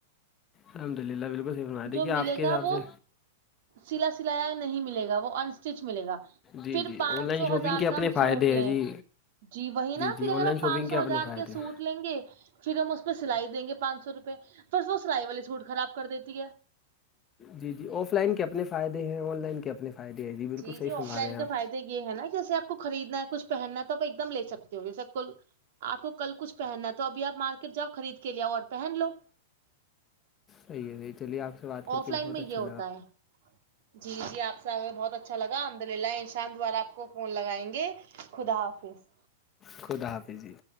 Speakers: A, on the left (about 25°); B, on the right (about 65°).
A: الحمد للہ بالکلحی فرما تےھی
B: جو
A: کیا
B: ملے
A: آپ کے
B: گا
A: حساب
B: وہ
A: سے
B: سلا سلایا نہیں ملے گا وہ انسٹیچ ملے گا
A: جی
B: پھر
A: جی
B: پانچ
A: آن لائن
B: سو
A: شاپنگ
B: ہزار
A: کے اپنے
B: کا ہم سوٹ
A: فائدے ہیں
B: لیں
A: جی
B: جی وہی نا
A: جی
B: پھر
A: آن
B: اگر
A: لائن
B: ہم
A: شاپنگ
B: پانچ سو
A: اپنے
B: ہزار
A: فائدے
B: کے سوٹ
A: ہیں
B: لیں گے پھر ہم اس پہ سلائی دیں گے پانچ سو روپے پھر وہ سلائی والے سوٹ خراب کر دیتی ہے
A: جی جی آف لائن کے اپنے فائدے ہیں آن لائن کے اپنے فائدے ہیں بالکل
B: جی
A: صحیح
B: جی
A: فرما
B: آف لائن
A: رہے ہیں آپ
B: کا فائدے یہ ہے نا جیسے آپ <unintelligible> کو خریدنا ہے کچھ پہننا ہے تو آپ ایک دم لے سکتے ہو گے سب کو آپ کو کل کچھ پہننا ہے تو ابھی آپ مارکیٹ جاؤ خرید کے لیاؤ اور پہن لو
A: صحیح ہےحی چلیے آپ سے بات کر
B: آف
A: کے
B: لائن
A: بہت
B: میں یہ
A: اچھا
B: ہوتا ہے جی جی آپ سے آ بہت اچھا لگ الحمد للہ ان شاء دوبارہ آپ کو فون لگائیں گے خدا حافظ
A: خدا حافظ جی